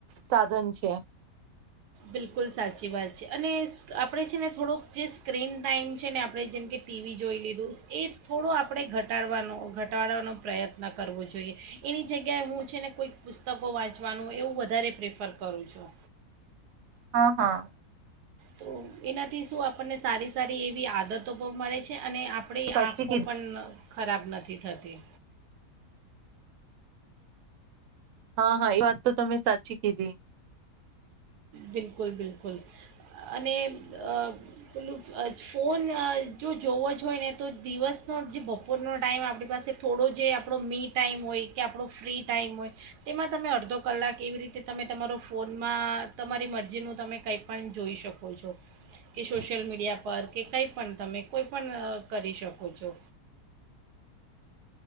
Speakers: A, on the right; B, on the right.
A: સાધન છે.
B: બિલકુલ સાચી વાત છે અને આપણે છે ને થોડોક જે સ્ક્રીન ટાાઈમ છે ને આપણે જેમકે ટીવી જોઈ લીધું એ થોડો આપણે ઘટાડવાનો ઘટાડવાનો પ્રયત્ન કરવો જોઈએ એની જગ્યાએ હું છે ને કોઈક પુસ્તકો વાંચવાનું એવું વધારે પ્રેફર કરું છું.
A: હા હા.
B: તો એનાથી શું આપણને સારી સારી એવી આદતો પણ મળે છે. અને આપણી
A: સાચી
B: આંખો
A: કીધી.
B: પણ. ખરાબ નથી થતી.
A: હા હા એ વાત. તો તમે સાચી કીધી.
B: બિલકુલ બિલકુલ અને પેલું ફોન જો જોવો જ હોય ને તો દિવસનો જે બપોરનો ટાઈમ આપણી પાસે થોડો જે આપણો મી ટાઈમ હોય કે આપણો ફ્રી ટાઈમ હોય તેમાં તમે અડધો કલાક એવી રીતે તમે તમારો ફોનમાં. તમારી મરજીનું તમે કંઈ પણ જોઈ શકો છો કે સોશિયલ મીડિયા પર કે કંઈ પણ તમે કોઈ પણણ કરી શકો છો.